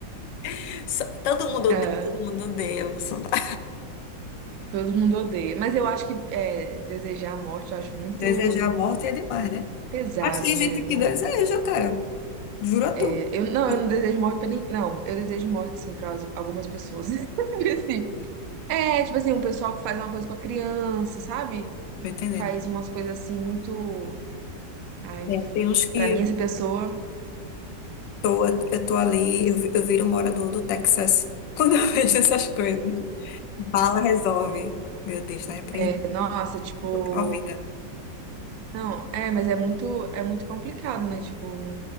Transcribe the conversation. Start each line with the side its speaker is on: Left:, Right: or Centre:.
Left: <laughs> só- Todo mundo
Right: É.
Left: odeia, todo mundo odeia o Bolsonaro.
Right: Todo mundo odeia. Mas eu acho que é, desejar a morte, eu acho muito
Left: Desejar a morte é demais, né?
Right: pesado,
Left: Mas tem
Right: né?
Left: gente
Right: Não,
Left: que deseja, cara. Juro a tu.
Right: é, eu, não,
Left: Tô
Right: eu não desejo morte pra ninguém. Não, eu desejo morte, sim, pra as- algumas pessoas. <laughs> assim, É, tipo assim, um pessoal que faz uma coisa com a criança, sabe?
Left: entendendo.
Right: Faz umas coisas assim muito. Ai,
Left: né? Tem uns que
Right: pra mim, essa pessoa,
Left: tô, eu tô ali, eu, vi- eu viro morador do Texas <laughs> quando eu vejo essas coisas. Bala resolve. Meu Deus, tá repreendido.
Right: é, nossa, tipo.
Left: Tô provida.
Right: Não, é, mas é muito, é muito complicado, né? Tipo,